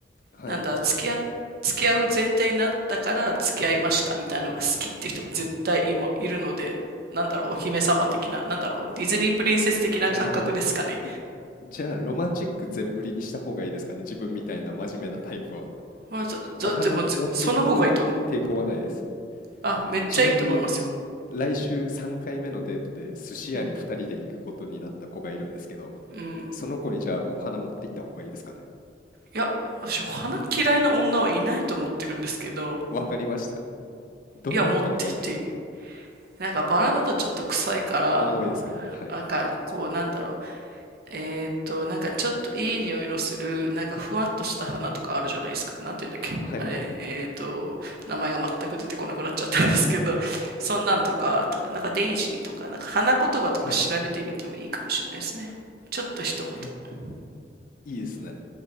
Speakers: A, on the left; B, on the right.
A: はい。
B: なんだろう、付き合付き合う前提になったから付き合いましたみたいなのが好きっていう人も絶対今いるので、なんだろう、お姫様的な、なんだろう、ディズニープリンセス的な感覚ですかね。
A: なるほど。じじゃあ、ロマンチック全振りにした方がいいですかね。自分みたいな真面目なタイプは。
B: まあ、じゃ、じゃ、
A: お花持っていくことに抵抗はないです。
B: でもぜ、その方がいいと思う。あ、めっちゃいいと思いますよ。
A: ちなみに、来週3回目のデートで寿司屋に2人で行くことになった子がいるんですけど、
B: うん。うん。
A: その子にじゃあお花持って行った方がいいですかね。
B: いや、私、花嫌いな女はいないと思ってるんですけど、
A: わかりました。どんなお花がいいですかね。
B: いや、持ってっていい。なんかバラだとちょっと臭いから、
A: 重いですかね。はい。
B: なんかこうなんだろう、えーっと、なんかちょっといい匂いのする、なんかふわんとした花とかあるじゃないですか。なんて言うんだっけ。
A: はいはい。
B: あれ、えーっと、名前が全く出てこなくなっちゃったんですけど、<laughs> そんなんとか、とか、なんかデイジーとか、なんか花言葉とか調べてみてもいいかもしれないですね。
A: はい。
B: ちょっと一言。
A: え、いいですね。